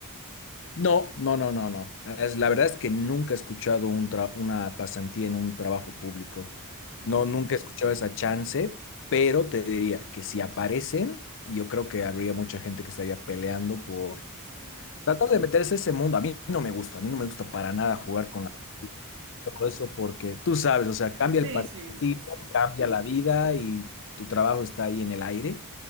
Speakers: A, on the left (about 60°); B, on the right (about 60°).
A: No, no, no, no, no. Es, la verdad es que nunca he escuchado un tra- una pasantía en un trabajo público.
B: Mm.
A: No, nunca he escuchado esa chance, pero te diría que si aparecen, yo creo que habría mucha gente que estaría peleando por
B: Sí.
A: tratar de meterse a ese mundo. A mí no me gusta, a mí no me gusta para nada jugar con la, todo eso porque tú sabes, o sea, cambia
B: Sí,
A: el partido,
B: sí, sí, sí.
A: cambia la vida y tu trabajo está ahí en el aire.